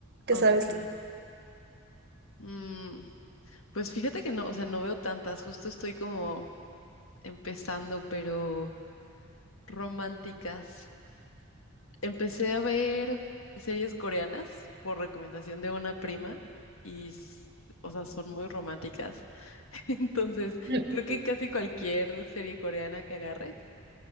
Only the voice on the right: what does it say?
¿qué
sabes tú? <laughs>
Mm.